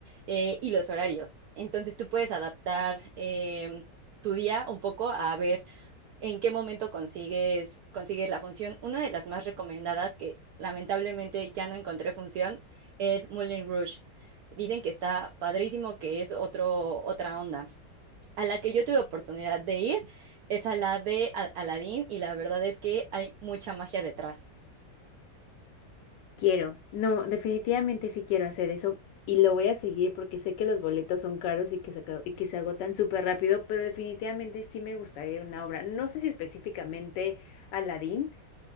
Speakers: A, on the right; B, on the left.
A: eh, y los horarios. Entonces tú puedes adaptar... Eh, tu día un poco a ver en qué momento consigues, consigues la función. Una de las más recomendadas, que lamentablemente ya no encontré función, es Moulin Rouge. Dicen que está padrísimo, que es otro, otra onda. A la que yo tuve oportunidad de ir es a la de Aladdin y la verdad es que hay mucha magia detrás.
B: Quiero. No, definitivamente sí quiero hacer eso y lo voy a seguir porque sé que los boletos son caros y que se, aca- y que se agotan súper rápido, pero definitivamente sí me gustaría ir a una obra. No sé si específicamente Aladdin,